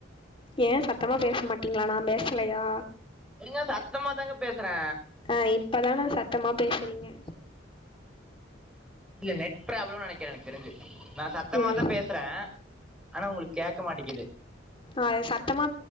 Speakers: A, on the left; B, in the centre.
A: ஏ சத்தமா பேச மாட்டீங்களா நா பேசலயா
B: ஏங்க சத்தமா தாங்க பேசுறே
A: ஆ இப்பதா நா சத்த சத்தமா பேசுறீங்க
B: இல்ல நெட் ப்ராப்ளம்னு நெனக்குற எனக்கு தெரிஞ்சு நா சத்தமாதா
A: ம்
B: பேசுறே ஆனா ஒங்களுக்கு கேக் சிக்க மாட்டிக்கிது
A: ஆ சத்தமா